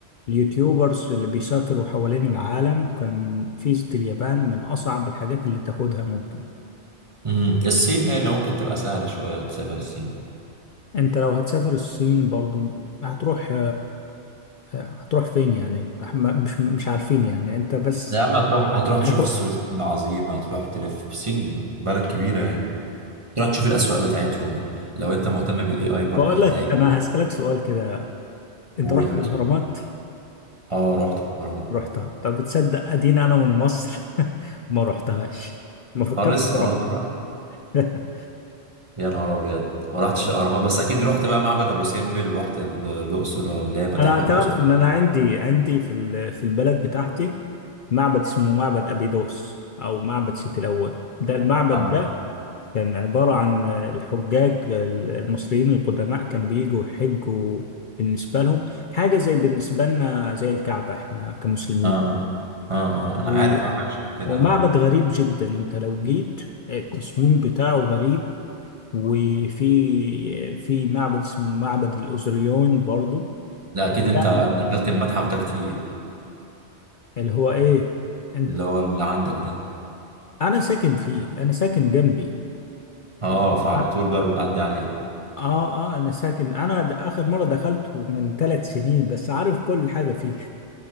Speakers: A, on the left; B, on the right.
A: اليوتيوبرز اللي بيسافروا حوالين العالم كان فيزة اليابان من اصعب الحاجات اللي تاخدها ممكن
B: امم الصين هي اللي ممكن تبقى سهلة شوية وتسافر الصين
A: انت لو هتسافر الصين برضو هتروح هتروح فين يعني إح- ما- مش مش عارفين يعني انت بس
B: يا عم هتروح هتروح تشوف
A: هتروح
B: السور الصيني العظيم هتروح تلف في الصين بلد كبيرة يعني تروح تشوف الأسواق بتاعتهم لو أنت مهتم بالإي آي برضه
A: بقول
B: هتلاقي
A: لك انا هسألك سؤال كده انت
B: قول
A: رحت
B: يا باشا
A: الاهرامات
B: أه رحت الأهرامات
A: رحتها طب بتصدق اديني انا من مصر <laughs> ما رحتهاش ما فكرتش
B: خالص
A: اروحها
B: ولا مرة
A: <laughs>
B: يا نهار أبيض ما رحتش الأهرامات بس أكيد رحت بقى معبد أبو سمبل ورحت ال- الأقصر اللي هي متاحف
A: انا تعرف
B: الأقصر
A: ان انا عندي عندي في ال- في البلد بتاعتي معبد اسمه معبد ابيدوس او معبد سيتي الاول ده المعبد
B: آه.
A: ده كان عبارة عن الحجاج المصريين القدماء كان بيجوا يحجوا بالنسبة لهم حاجة زي بالنسبة لنا زي الكعبة احنا كمسلمين
B: اه اه اه
A: و-
B: اه انا عارف اه حاجه شبه كده
A: ومعبد
B: اه
A: غريب جدا انت لو جيت التصميم بتاعه غريب وفي في معبد اسمه معبد الأوزريون برضو
B: ده اكيد
A: ده
B: انت دخلت المتحف ده كتير
A: اللي هو ايه انت
B: اللي هو اللي عندك ده
A: انا ساكن فيه انا ساكن جنبي
B: اه
A: اه
B: فعلى طول بقى بتعدي عليه
A: اه انا ساكن انا د- اخر مره دخلته من ثلاث سنين بس عارف كل حاجه فيه